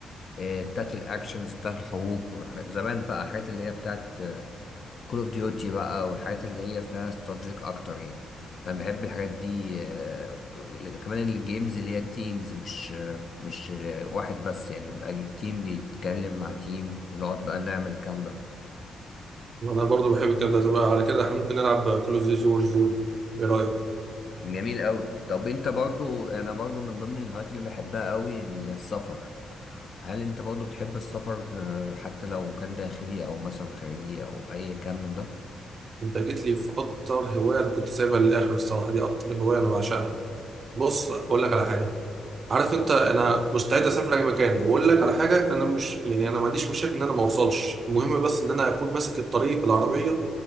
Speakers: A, on the left; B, on the right.
A: آه، بتاعت الاكشنز بتاعت الحروب زمان بقى حاجات اللي هي بتاعت كول اوف ديوتي بقى والحاجات اللي هي فيها استراتيجيك اكتر يعني فانا بحب الحاجات دي آه، كمان الجيمز اللي هي تيمز مش آه، مش آه، واحد بس يعني بقى تيم بيتكلم مع تيم ونقعد بقى نعمل الكلام ده
B: انا برضه بحب الكلام ده طب على كده احنا ممكن نلعب كل اوف ديوتي وور زون ايه رايك؟
A: جميل قوي طب انت برضو انا برضو من ضمن الهوايات اللي بحبها قوي السفر هل انت برضو بتحب السفر آه، حتى لو كان داخلي او مثلا خارجي او اي كان من ده
B: انت جيت لي في اكتر هوايه انا كنت سايبها للاخر الصراحه دي اكتر هوايه انا بعشقها بص اقول لك على حاجه عارف انت انا مستعد اسافر اي مكان واقول لك على حاجه انا مش يعني انا ما عنديش مشاكل ان انا ما اوصلش المهم بس ان انا اكون ماسك الطريق بالعربيه